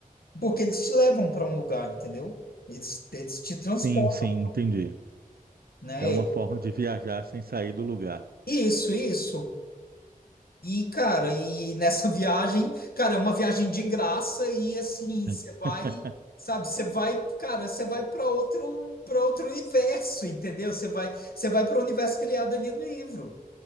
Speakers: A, on the left; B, on the right.
A: porque eles te levam para um lugar, entendeu? Eles, eles te transportam,
B: Sim, sim, entendi.
A: né?
B: É uma forma de viajar sem sair do lugar.
A: Isso, isso. E, cara, e nessa <laughs> viagem, cara, é uma viagem de graça e assim,
B: <laughs>
A: você vai, sabe, você vai, cara, você vai para outro, para outro universo, entendeu? Você vai, você vai para o universo criado ali no livro.